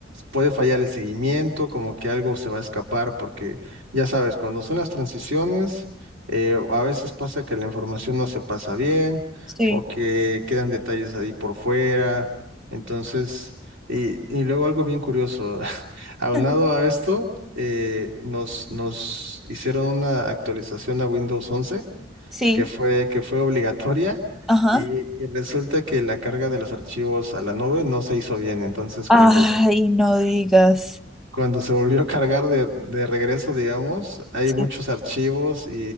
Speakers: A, on the right; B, in the centre.
A: puede fallar el seguimiento, como que algo se va a escapar, porque ya sabes, cuando son las transiciones, eh, a veces pasa que la información no se pasa bien
B: Sí,
A: o que quedan detalles ahí por fuera, entonces, y, y luego algo bien curioso, <laughs> aunado
B: <laughs>
A: a esto, eh, nos, nos hicieron una actualización a Windows 11
B: sí,
A: que fue, que fue obligatoria
B: ajá.
A: y, y resulta que la carga de los archivos a la nube no se hizo bien. Entonces,
B: Ay,
A: cuando,
B: no digas.
A: cuando se volvió a cargar de, de regreso, digamos, hay
B: Sí.
A: muchos archivos y